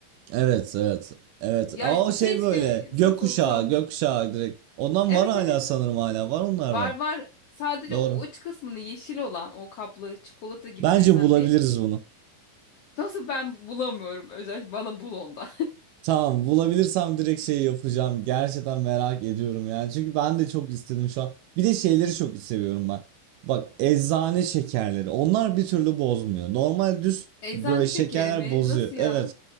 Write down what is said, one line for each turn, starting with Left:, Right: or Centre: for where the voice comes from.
Right: Evet, evet. Evet.
Left: Ya
Right: Aa, o şey
Left: keşke
Right: böyle. Gökkuşağı,
Left: satılsa onda.
Right: gökkuşağı direkt. Ondan
Left: Evet
Right: var hala
Left: evet.
Right: sanırım hala. Var onlardan.
Left: Var var. Sadece
Right: Doğru.
Left: o uç kısmını yeşil olan o kaplı çikolata gibi
Right: Bence
Left: desen
Right: bulabiliriz
Left: değil.
Right: bunu.
Left: Nasıl ben bulamıyorum? Özellikle bana bul onda.
Right: Tamam, bulabilirsem direkt şey yapacağım. Gerçekten merak ediyorum yani. Çünkü ben de çok istedim şu an. Bir de şeyleri çok seviyorum ben. Bak, eczane şekerleri. Onlar bir türlü bozmuyor. Normal düz
Left: <laughs> Eczane
Right: böyle
Left: şekeri
Right: şekerler
Left: mi?
Right: bozuyor.
Left: Nasıl
Right: Evet.
Left: ya?